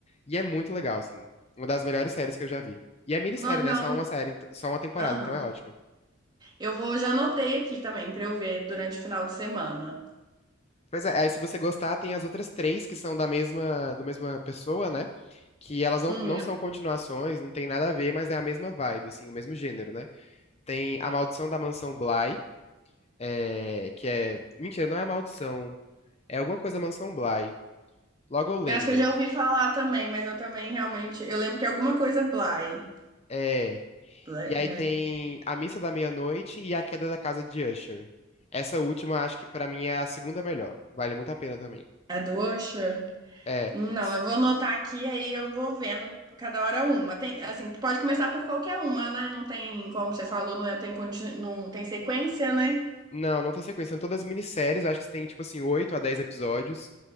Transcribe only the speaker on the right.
Não, não.
Aham.
Eu vou, já anotei aqui também pra eu ver durante o final de semana.
Hum,
eu acho que eu já ouvi falar também, mas eu também realmente. Eu lembro que é alguma coisa Bly.
Bly-
É É do Usher?
Não,
eu vou anotar aqui, aí eu vou vendo cada hora uma. Tem, assim, pode começar por qualquer uma, né? Não tem, como você falou, não é- tem, conti- não tem sequência, né?